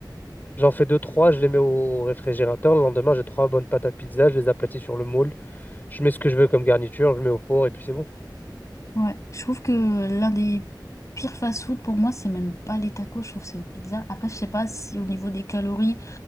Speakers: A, on the left; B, on the left.
A: J'en fais deux, trois, je les mets au réfrigérateur. Le lendemain, j'ai trois bonnes pâtes à pizza, je les aplatis sur le moule. Je mets ce que je veux comme garniture, je mets au four et puis c'est bon.
B: Ouais. Je trouve que l'un des pires fast-food pour moi, c'est même pas les tacos, je trouve que c'est les pizzas. Après, je sais pas si au niveau des calories,